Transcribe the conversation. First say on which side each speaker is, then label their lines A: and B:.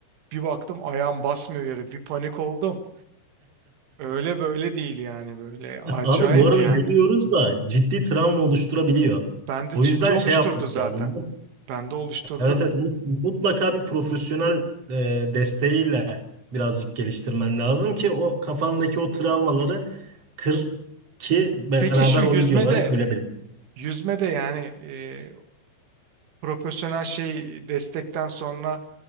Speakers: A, on the right; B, on the right.
A: bir baktım ayağım basmıyor yere bir panik oldum. Öyle böyle değil yani böyle acayip
B: Abi bu arada
A: yani.
B: gülüyoruz da ciddi travma oluşturabiliyor.
A: Bende
B: O
A: ciddi
B: yüzden
A: oluşturdu
B: şey yapmak
A: zaten.
B: lazım.
A: Bende oluşturdu.
B: Evet evet mut- mutlaka bir profesyonel e, desteğiyle birazcık geliştirmen lazım ki o kafandaki o travmaları kır ki beraber
A: Peki şu yüzmede,
B: o videolara gülebilelim.
A: yüzmede yani e, profesyonel şey destekten sonra